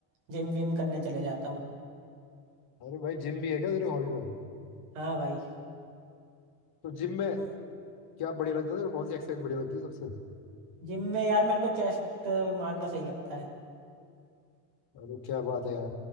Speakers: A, on the right (about 75°); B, on the left (about 50°).
A: जिम विम करने चले जाता हूँ
B: अरे भाई जिम भी है क्या तेरी हॉबी में
A: हाँ भाई
B: तो जिम में क्या बढ़िया लगता है तेरे को? कौन सी एक्सरसाइज बढ़िया लगती है सबसे
A: जिम में यार मेरे को चेस्ट मारना सही लगता है
B: अरे क्या बात है यार